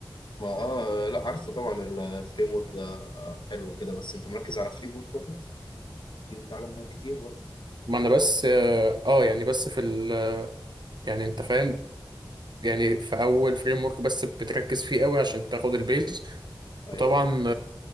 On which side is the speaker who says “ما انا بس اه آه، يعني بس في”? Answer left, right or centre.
Right